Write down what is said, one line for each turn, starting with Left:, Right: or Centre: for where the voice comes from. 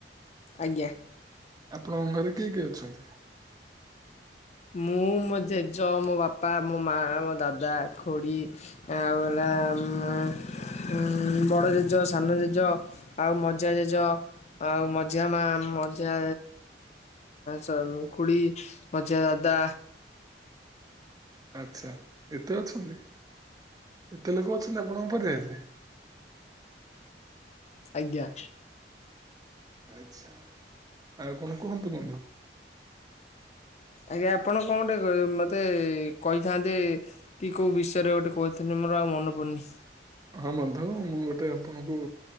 Left: ଆଜ୍ଞା।
Right: ଆପଣଙ୍କ ଘରେ ରେ କିଏ କିଏ ଅଛନ୍ତି?
Left: ମୁଁ ମୋ ଜେଜ, ମୋ ବାପା, ମୋ ମାଆ, ମୋ ଦାଦା, ଖୁଡ଼ି। ଆଉ ହେଲା ଉମ୍ ଆ ଉମ୍ ବଡ ଜେଜ, ସାନ ଜେଜ। ଆଉ ମଝିଆ ଜେଜ। ଆଉ ମଝିଆ ମା, ମଝିଆ ସ ଖୁଡି ମଝିଆ ଦାଦା।
Right: ଆଚ୍ଛା ଏତେ ଅଛନ୍ତି! ଏତେ ଲୋକ ଅଛନ୍ତି ଆପଣଙ୍କ ପରିବାରରେ?
Left: ଆଜ୍ଞା।
Right: ଆଚ୍ଛା। ଆଉ କଣ କୁହନ୍ତୁ ବନ୍ଧୁ?
Left: ଆଜ୍ଞା ଆପଣ କଣଟେ ମୋତେ କହିଥାନ୍ତେ କି କୋଉ ବିଷୟରେ ଗୋଟେ କଉଥିଲେ ମୋର ଆଉ ମନେ ପଡ଼ୁନି।
Right: ହଁ ବନ୍ଧୁଲ ମୁଁ ଗୋଟେ ଆପଣଙ୍କୁ